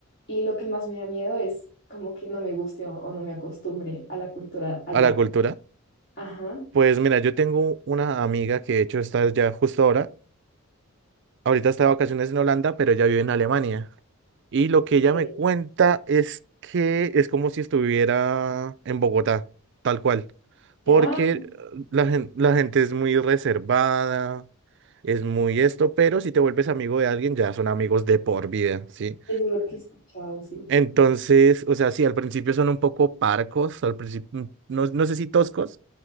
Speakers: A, on the left; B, on the right.
A: y lo que más me da miedo es como que no me guste o, o no me acostumbre a la cultura allá.
B: ¿A la cultura?
A: Ajá. Ok.
B: Pues mira, yo tengo una amiga que de hecho está ya justo ahora, ahorita está de vacaciones en Holanda, pero ella vive en Alemania. Y lo que ella
A: Eh,
B: me cuenta es que es como si estuviera en Bogotá, tal cual. Porque
A: Ah,
B: eh, la gen- la gente es muy reservada, es muy esto, pero si te vuelves amigo de alguien ya son amigos de por vida, ¿sí?
A: eso es lo que he escuchado, sí.
B: Entonces, o sea, sí, al principio son un poco parcos, al principio, no, no sé si toscos,